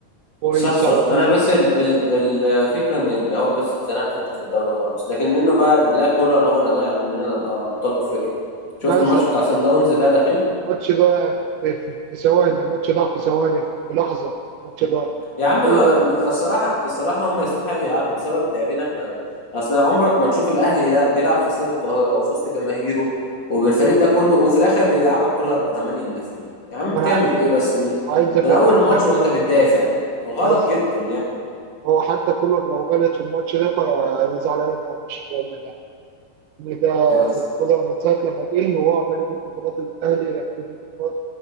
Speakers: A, on the right; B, on the left.
A: كويس
B: صح صح
A: على طول
B: انا بس ال ال الفكره ان اللي هو بس اتزنقت انت في الدوري خالص لكن منه بقى لا كولر هو اللي ضيع مننا الأ- ابطال افريقيا شفت
A: مثلا
B: الماتش بتاع سان داونز ده الاخير
A: الماتش ده في في- في ثواني الماتش ده في ثواني في لحظه الماتش ده
B: يا عم
A: وكله
B: ما- ما- الصراحه الصراحه هم يستحقوا يعدوا بسبب لعبنا احنا اصل عمرك ما تشوف الاهلي ده بيلعب في استاد القاهره وفي وسط جماهيره وبالفريق ده كله وفي الاخر بيلعبك كولر بثمانيه مدافعين يا عم
A: ما
B: بتعمل
A: انا
B: ايه بس من
A: عايز افهمك
B: من اول الماتش
A: حاجه
B: وانت بتدافع غلط
A: عايز
B: جدا
A: هو حتى كولر لو غلط في الماتش ده فانا زعلان إن هو مش فاهم ده
B: يعني
A: كولر من ساعة لما جه وهو عمال يجيب بطولات الأهلي يعملوا في البطولات